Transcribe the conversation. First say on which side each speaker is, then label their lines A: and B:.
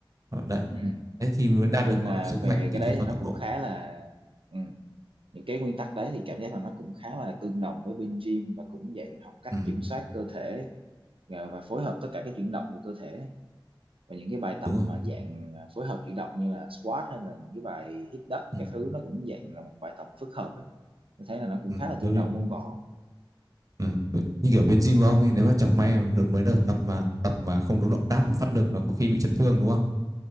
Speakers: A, on the right; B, on the right.
A: Đó, đấy
B: Ừ.
A: đấy thì mới đạt
B: Nói
A: được
B: chung là
A: gọi là sức
B: về
A: mạnh kỹ
B: cái
A: thuật
B: đấy thì
A: và
B: nó
A: tốc
B: cũng
A: độ
B: khá là ừ. những cái nguyên tắc đấy thì cảm giác là nó cũng khá là tương đồng với bên gym và cũng dạng học cách
A: ừ,
B: kiểm soát cơ thể à, và phối hợp tất cả các chuyển động của cơ thể và những cái bài tập
A: đúng rồi
B: mà dạng à, phối hợp chuyển động như là squat hay là những cái bài hít đất
A: ừ,
B: các thứ nó cũng dạng là một bài tập phức hợp ấy. Tôi thấy là nó cũng
A: ừ,
B: khá là tương
A: giống như,
B: đồng môn võ
A: ừ. như kiểu bên gym của ông ấy nếu mà chẳng may mà mới đầu tập mà tập mà không đúng động tác mà phát lực nó có khi bị chấn thương đúng không